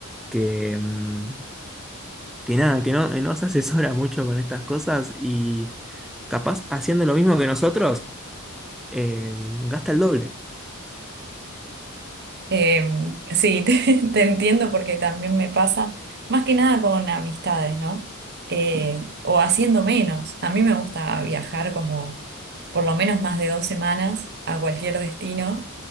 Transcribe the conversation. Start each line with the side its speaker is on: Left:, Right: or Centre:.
Centre: que, mm, que nada, que no, no se asesora mucho con estas cosas y capaz haciendo lo mismo que nosotros, eh, gasta el doble.
Right: Eh, sí, <laughs> te, te entiendo porque también me pasa, más que nada con amistades, ¿no? Eh, o haciendo menos. A mí me gusta viajar como por lo menos más de dos semanas a cualquier destino